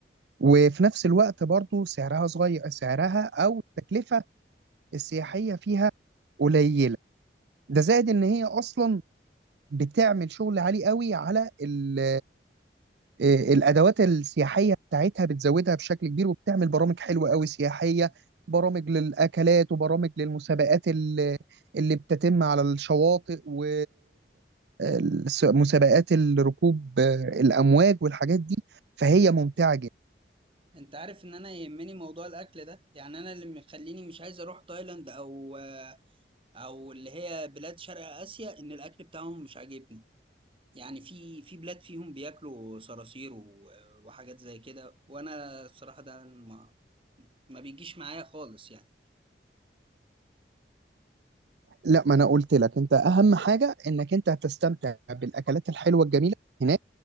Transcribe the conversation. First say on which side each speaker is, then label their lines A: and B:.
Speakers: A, on the right; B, on the right.
A: وفي نفس الوقت برضو سعرها صغير سعرها او التكلفه السياحيه فيها قليله ده زائد ان هي اصلا بتعمل شغل عالي قوي على ال- آه، الادوات السياحيه بتاعتها بتزودها بشكل كبير وبتعمل برامج حلوه قوي سياحيه برامج للاكلات وبرامج للمسابقات ال- اللي بتتم على الشواطئ و الس- مسابقات الركوب آه، الامواج والحاجات دي فهي ممتعه جدا
B: انت عارف ان انا يهمني موضوع الاكل ده يعني انا اللي مخليني مش عايز اروح تايلاند او او اللي هي بلاد شرق اسيا ان الاكل بتاعهم مش عاجبني يعني في في بلاد فيهم بياكلوا صراصير و- وحاجات زي كده وانا الصراحة ده ما ما بيجيش معايا خالص يعني
A: لا ما انا قلت لك انت اهم حاجه انك انت هتستمتع بالاكلات الحلوه الجميله هناك